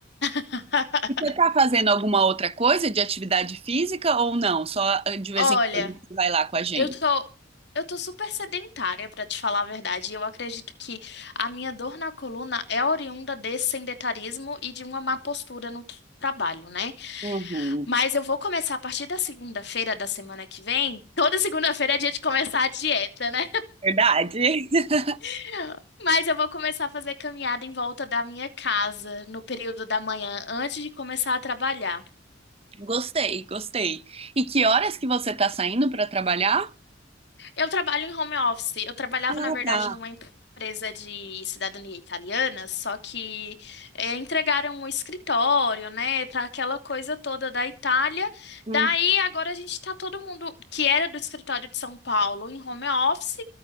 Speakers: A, on the left; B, on the right.
A: <laughs>
B: E você está fazendo alguma outra coisa de atividade física ou não? Só eh, de vez
A: Olha.
B: em quando você vai lá com a gente.
A: Eu tô, eu tô super sedentária, pra te falar a verdade. E eu acredito que a minha dor na coluna é oriunda desse sedentarismo e de uma má postura no t- trabalho, né?
B: Uhum.
A: Mas eu vou começar a partir da segunda-feira da semana que vem. Toda segunda-feira é dia de começar a dieta, né?
B: Verdade. <laughs>
A: <laughs> Mas eu vou começar a fazer caminhada em volta da minha casa no período da manhã, antes de começar a trabalhar.
B: Gostei, gostei. E que horas que você está saindo para trabalhar?
A: Eu trabalho em home office. Eu trabalhava,
B: Ah,
A: na verdade,
B: tá.
A: numa empresa de cidadania italiana, só que eh, entregaram o escritório, né? Tá aquela coisa toda da Itália.
B: Hum.
A: Daí agora a gente tá todo mundo que era do escritório de São Paulo em home office.